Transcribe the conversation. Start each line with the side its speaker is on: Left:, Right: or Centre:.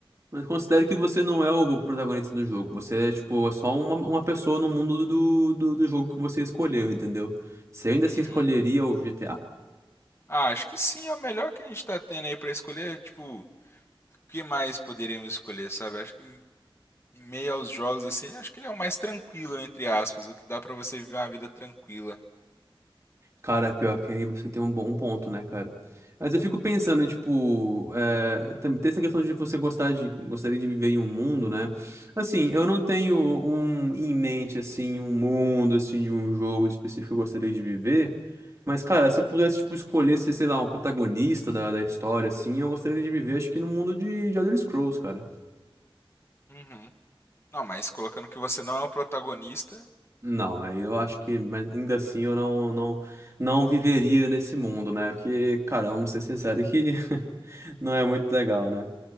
Right: mas considere que você não é o protagonista do jogo, você é, tipo, é só uma, uma pessoa no mundo do, do, do jogo que você escolheu, entendeu? Você ainda assim
Left: Uhum.
Right: escolheria o GTA?
Left: Ah, acho que sim, é o melhor que a gente tá tendo aí pra escolher. Tipo, o que mais poderíamos escolher, sabe? Acho que Em meio aos jogos, assim, acho que ele é o mais tranquilo, entre aspas, o que dá pra você viver uma vida tranquila.
Right: Cara, pior que aí você tem um bom ponto, né, cara? Mas eu fico pensando, tipo, é, tem tem essa questão de você gostar de, gostaria de viver em um mundo, né? Assim, eu não tenho um em mente, assim, um mundo, assim, de um jogo específico que eu gostaria de viver. Mas, cara, se eu pudesse, tipo, escolher ser, sei lá, um protagonista da, da história, assim, eu gostaria de viver, acho que no mundo de, de Elder Scrolls, cara.
Left: Uhum. Não, mas colocando que você não é o protagonista.
Right: Não, aí eu acho que, mas ainda assim eu não, não, não viveria nesse mundo, né? Porque, cara, vamos ser sinceros que <laughs> não é muito legal, né?